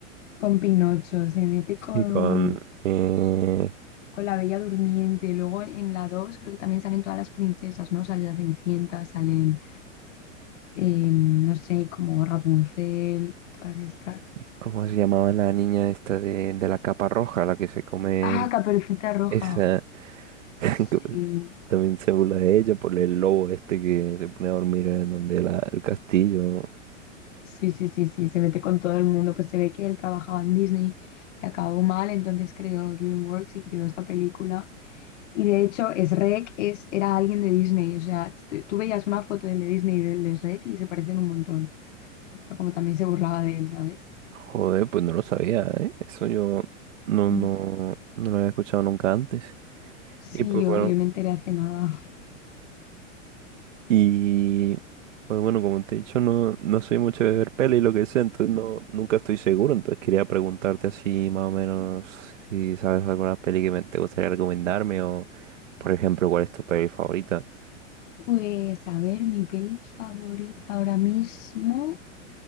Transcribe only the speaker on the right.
Sí,
con... eh,
¿cómo se llamaba la niña esta de, de la capa roja, la que se come
esa? <laughs>
que También se burla de ella por el lobo este que se pone a dormir en donde la, el castillo.
Joder, pues no lo sabía, ¿eh? Eso yo no,
no, no lo había escuchado nunca antes.
Y pues
bueno.
Y pues bueno, como te he dicho, no, no soy mucho de ver peli y lo que sea, entonces no, nunca estoy seguro. Entonces quería preguntarte así más o menos si sabes alguna peli que me, te gustaría recomendarme o, por ejemplo, cuál es tu peli favorita.